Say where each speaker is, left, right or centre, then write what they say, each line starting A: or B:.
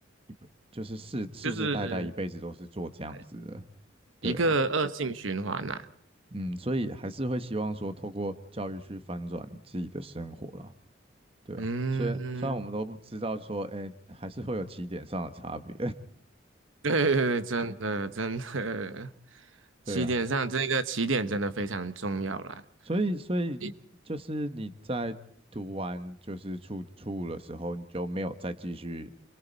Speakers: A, on the right; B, on the right.
A: 一辈就是世世世代代一辈子都是做这样子的，
B: 就是对
A: 对啊，
B: 一个恶性循环呐、
A: 嗯，所以还是会希望说透过教育去翻转自己的生活啦，对啊，
B: 嗯，
A: 所以虽然我们都不知道说，诶，还是会有起点上的差别，
B: 对对对，真的真的，
A: <laughs> 对啊，
B: 起点上这个起点真的非常重要啦。
A: 所以所以就是你在读完就是初初五的时候，
B: 一
A: 你就没有再继续。